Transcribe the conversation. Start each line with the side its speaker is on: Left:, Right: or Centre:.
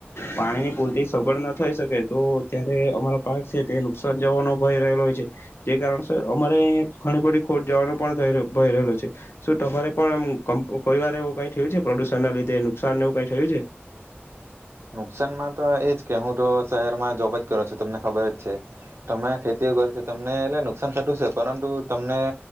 Left: પાણીની પૂરતી સગડ ના થઈ શકે તો ત્યારે અમારા પાક છે તે નુકસાન જવાનો ભય રહેલો હોય છે જે કારણ અમારે અં ઘણી બધડી ખોટ જવાનું પણ ભય રહેલો છે શ તમારે પણમ કોઈ વાર એવું કઈ થયું છે પ્રદુષણ ના લીધે નુકસાન એવું કઈ થયું છે
Right: નુકસાનમાં તો એજ કે હું તો શહેરમાં જોબ જ કરું છું તમને ખબર જ છે તમે ખેતીઓ કરો છેો તમને એટલે નુકસાન થતું છે પરંતુ તમને